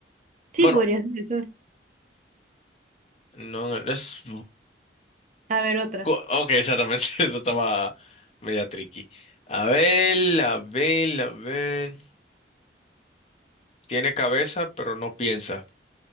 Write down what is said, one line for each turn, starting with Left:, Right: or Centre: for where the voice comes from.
Right: Sí,
Left: Bueno,
Right: podría ser el sol.
Left: no, no, es...
Right: A ver, otra.
Left: cu- Ok, exactamente, <laughs> eso estaba media tricky. A ver, a ver, a ver. Tiene cabeza, pero no piensa.